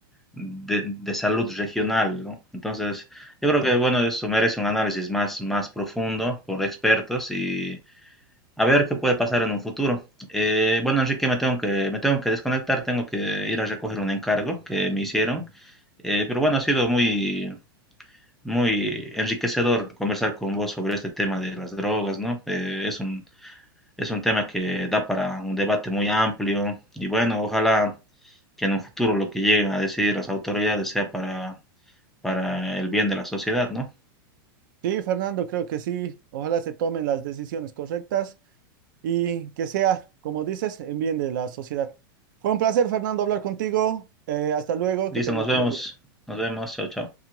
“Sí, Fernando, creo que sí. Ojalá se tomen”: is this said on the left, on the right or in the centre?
Right